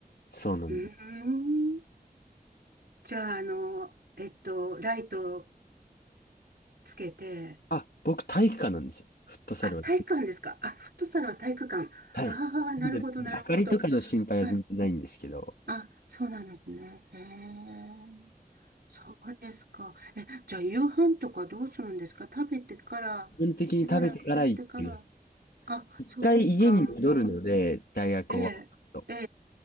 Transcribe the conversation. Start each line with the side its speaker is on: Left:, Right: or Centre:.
Left: そうなんです。
Right: うん。じゃあ、あの、えっと、ライトつけて、
Left: あ、僕体育館なんですよ。フットサルは。
Right: あ、体育館ですか。あ、フットサルは体育館。
Left: はい。
Right: ああ、なるほど、
Left: なんで、明かりとかの心配は全然ないんですけど、
Right: なるほど。はい。あ、そうなんですね。へえ。そうですか。え、じゃあ、夕飯とかどうするんですか食べてから、
Left: 基本的に食べてから行ってます。
Right: しばらく経ってから。あ、
Left: 一回家に戻るので、
Right: そっか。うん
Left: 大学終わると。
Right: ええ、ええ、